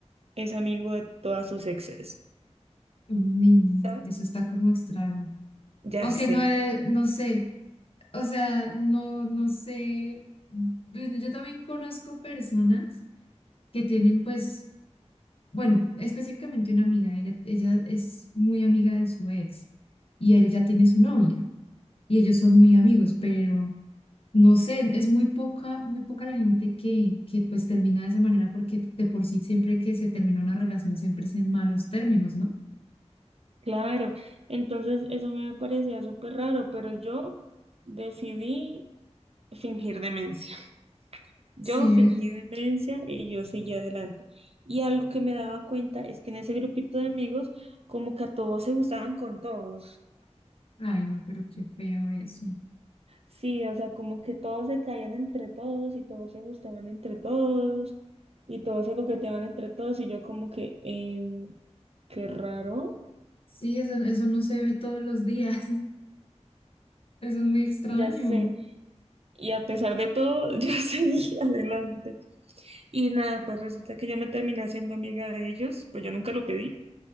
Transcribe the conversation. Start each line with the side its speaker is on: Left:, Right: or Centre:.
Right: es amigo de todas sus exes,
Left: Uy,
Right: ¿sabes?
Left: eso está como extraño.
Right: Ya
Left: Aunque
Right: sé.
Left: no, he- no sé, o sea, no, no sé. Bueno, yo también conozco personas que tienen, pues, bueno, específicamente una amiga, ella, ella es muy amiga de su ex y él ya tiene su novia y ellos son muy amigos, pero no sé, es muy poca, muy poca la gente que, que pues termina de esa manera porque de por sí siempre que se termina una relación siempre es en malos términos, ¿no?
Right: Claro. Entonces eso me parecía súper raro, pero yo decidí fingir demencia. Yo
Left: Sí,
Right: fingí
Left: eh,
Right: demencia y yo seguí adelante. Y algo que me daba cuenta es que en ese grupito de amigos, como que a todos se gustaban con todos.
Left: ay, no, pero qué feo eso.
Right: Sí, o sea, como que todos se caían entre todos y todos se gustaban entre todos y todos se coqueteaban entre todos y yo como que, em, Qué raro,
Left: Sí, eso, eso no se ve todos los días. <laughs> Eso es muy extraño.
Right: ya sé. Y a pesar de todo, <laughs> yo seguí adelante. Y nada, pues resulta que yo me terminé haciendo amiga de ellos, pues yo nunca lo pedí,